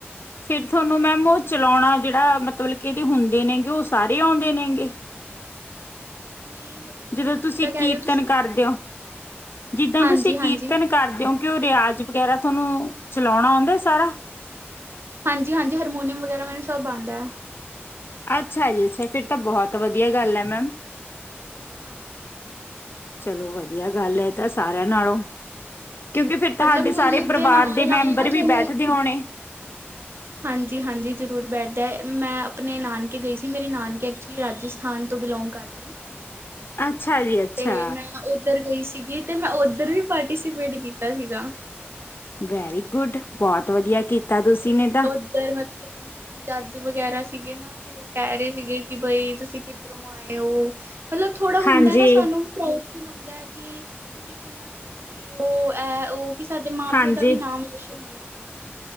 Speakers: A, on the left; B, on the right.
A: ਫਿਰ ਤੁਹਾਨੂੰ ਮੈਮ ਉਹ ਚਲਾਉਣਾ ਜਿਹੜਾ ਮਤਲਬ ਕਿ ਇਹਦੇ ਹੁੰਦੇ ਨੇਗੇ ਉਹ ਸਾਰੇ ਆਉਂਦੇ ਨੇਗੇ।
B: ਨਹੀਂ ਮਤ
A: ਜਦੋਂ
B: ਮਤਲਬ
A: ਤੁਸੀਂ
B: ਕਿੱਦਾਂ ਕਹਿ
A: ਕੀਰਤਨ
B: ਰਹੇ ਹੋ ਤੁਸੀਂ?
A: ਕਰਦੇ ਹੋ ਜਿੱਦਾਂ
B: ਹਾਂਜੀ
A: ਤੁਸੀਂ
B: ਹਾਂਜੀ
A: ਕੀਰਤਨ ਕਰਦੇ ਹੋ ਕਿ ਉਹ ਰਿਆਜ ਵਗੈਰ ਥੋਨੂੰ ਚਲੋਣਾ ਆਉਂਦਾ ਸਾਰਾ?
B: ਹਾਂਜੀ ਹਾਂਜੀ ਹਾਰਮੋਨੀਮ ਵਗੈਰਾ ਸਭ ਆਉਂਦਾ
A: ਅੱਛਾ ਜੀ ਅੱਛਾ ਫਿਰ ਤਾਂ ਬਹੁਤ ਵਧੀਆ ਗੱਲ ਹੈ ਮੈਮ
B: ਹਾਂਜੀ
A: ਚਲੋ ਵਧੀਆ ਗੱਲ ਹੈ ਤਾਂ ਸਾਰਿਆਂ ਨਾਲੋਂ ਕਿਉਂਕਿ ਫਿਰ ਤੁਹਾਡੇ
B: ਮਤਲਬ ਮਿਊਜ਼ਿਕ
A: ਸਾਰੇ ਪਰਿਵਾਰ
B: ਨਾਲ
A: ਦੇ
B: ਨਾਲ
A: ਮੈਂਬਰ
B: ਨਾ
A: ਵੀ
B: ਤੁਹਾਨੂੰ
A: ਬੈਠਦੇ ਹੋਣੇ
B: ਹਾਂਜੀ ਹਾਂਜੀ ਜ਼ਰੂਰ ਬੈਠਦਾ ਮੈਂ ਆਪਣੇ ਨਾਨਕੇ ਗਈ ਸੀ ਮੇਰੇ ਨਾਨਕੇ ਐਕਚੁਲੀ ਰਾਜਸਥਾਨ ਤੋਂ ਬਿਲੋਂਗ ਕਰਦੇ ਨੇ
A: ਅੱਛਾ ਜੀ ਅੱਛਾ
B: ਤੇ ਮੈਂ ਉੱਧਰ ਗਈ ਸੀਗੀ ਤੇ ਮੈਂ ਉੱਧਰ ਵੀ ਪਾਰਟੀਸੀਪੇਟ ਕੀਤਾ ਸੀਗਾ
A: ਵੈਰੀ ਗੁੱਡ ਬਹੁਤ ਵਧੀਆ ਕੀਤਾ ਤੁਸੀਂ
B: ਤੇ
A: ਨੇ ਤਾਂ
B: ਉਓਧਰ ਮਤਲਬ ਜੱਜ ਵਗੈਰਾ ਸੀਗੇ ਨਾ ਤੇ ਉਹ ਕਹਿ ਰਹੇ ਸੀਗੇ ਕਿ ਬਈ ਤੁਸੀਂ ਕਿੱਧਰੋਂ ਆਏ ਹੋ ਮਤਲਬ ਥੋੜਾ
A: ਹਾਂਜੀ,
B: ਹੁੰਦਾ ਨਾ ਸਾਨੂੰ ਵੀ ਪ੍ਰਊ ਹੁੰਦਾ ਹੈ ਕਿ ਤੁਸੀਂ ਕਿਹਨਾਂ ਦੀ ਕੁੜੀ ਉਹ ਹੈ ਉਹ ਕਿ ਸਾਡੇ ਮਾਂ
A: ਹਾਂਜੀ,
B: ਪਿਓ ਦਾ ਵੀ ਨਾਮ ਰੋਸ਼ਨ ਹੋਏ <inaudible>